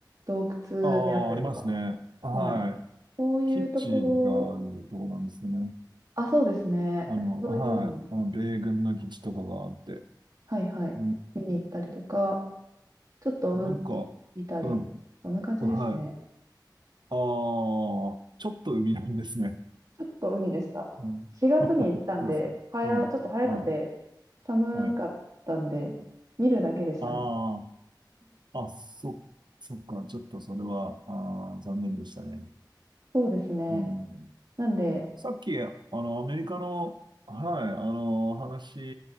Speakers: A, on the right; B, on the right.
A: 洞窟であったりとか。
B: ああ、ありますね。はい。
A: はい。そういうところ、
B: 基地があるとこなんですね。
A: あ、そうですね。
B: あの、
A: そういうの
B: はい。あの、米軍の基地とかがあって。
A: はいはい。
B: うん、
A: 見に行ったりとか、ちょっと海見たり、
B: なんか、うん、
A: そんな感じですね。
B: はい。ああ、ちょっと海なんですね。
A: ちょっと海でした。
B: うん、
A: 4月に行ったんで、
B: <laughs> そうですか。
A: 早、
B: うん、
A: ちょっと早くて
B: は
A: 寒かったんで、
B: い、はい。
A: 見るだけでしたね。
B: ああ、あ、そ、そっか。ちょっとそれは、ああ、残念でしたね。
A: そうですね。
B: うん
A: なんで、
B: さっき、あの、アメリカの、はい、あの、話